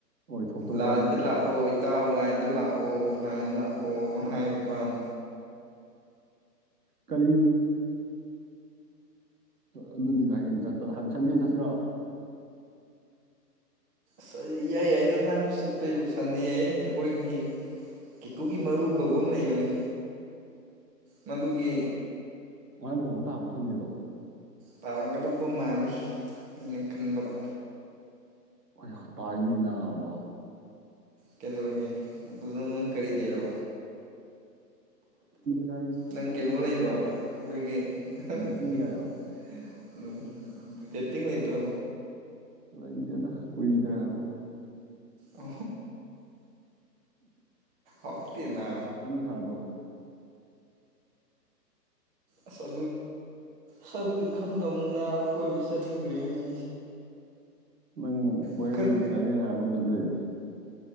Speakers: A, on the right; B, on the right.
A: ꯑꯣꯏꯊꯣꯛꯇ꯭ꯔꯕ
B: ꯂꯥꯏꯗ
A: ꯋꯥꯅꯤ ꯀꯩꯅꯣ
B: ꯂꯥꯛꯑꯣ ꯏꯇꯥꯎ ꯂꯥꯏꯟꯗ ꯂꯥꯛꯑꯣ ꯀꯂꯥꯏꯟ ꯂꯥꯛꯀ ꯑꯣꯥꯏ ꯄꯝ
A: ꯀꯔꯤ ꯑꯗꯨꯗꯤꯒ ꯍꯌꯦꯡ ꯆꯠꯇ ꯍꯪ ꯁꯟꯗꯦ ꯆꯠꯁꯤꯔꯣ
B: ꯁ ꯏꯌꯥꯏ ꯌꯥꯏꯗꯗꯅ ꯑꯃ ꯆꯠꯄꯩ ꯁꯟꯗꯦ ꯑꯩꯈꯣꯏꯒꯤ ꯀꯦꯀꯨꯒꯤ ꯃꯔꯨ ꯀꯧꯕ ꯑꯃ ꯂꯩꯕꯅꯤ ꯃꯗꯨꯒꯤ
A: ꯋꯥꯨꯣꯡꯕ ꯇꯥꯕ꯭ꯔꯥ ꯁꯟꯗꯦꯗꯣ
B: ꯇꯔꯒꯗꯕ ꯃꯥꯅꯤ ꯏ ꯀꯟꯕꯗ
A: ꯑꯩ ꯇꯥꯏꯅꯦꯅ ꯑꯕ
B: ꯀꯦꯗꯔꯦ ꯑꯗꯨꯗꯨꯅ ꯃꯣꯏ ꯀꯔꯤ ꯂꯩꯔꯣ
A: ꯎꯝ
B: ꯅꯪ ꯀꯩꯅꯣ ꯂ ꯂꯩ ꯭ꯔꯣ ꯑꯩꯈꯣꯏꯒꯤ <unintelligible>
A: ꯕꯦꯠꯇꯤꯡꯒꯥꯏꯔꯣ
B: ꯎꯝ ꯗꯦꯠꯇꯤꯡ ꯂꯩꯕ꯭ꯔꯥ
A: ꯂꯩꯇꯦꯗ ꯀꯨꯏꯗ꯭ꯔꯦꯕ
B: ꯑ ꯑꯣꯞꯛꯇꯤ ꯅ
A: ꯄꯩꯁꯥ ꯅꯨꯡꯁꯥꯗꯣ
B: ꯑꯣ ꯁꯨ ꯁꯨ ꯈꯝꯗꯣ ꯑꯃꯨꯛꯅꯥ ꯀꯣꯏꯕꯁꯤ ꯅꯤꯡ ꯗ꯭ꯔꯔꯤꯅꯤ
A: ꯅꯪ ꯀꯣꯏꯌꯦꯡ
B: ꯋꯥꯈꯜ
A: ꯆꯪ ꯍꯥꯏꯕ ꯑꯃꯁꯨ ꯂꯩ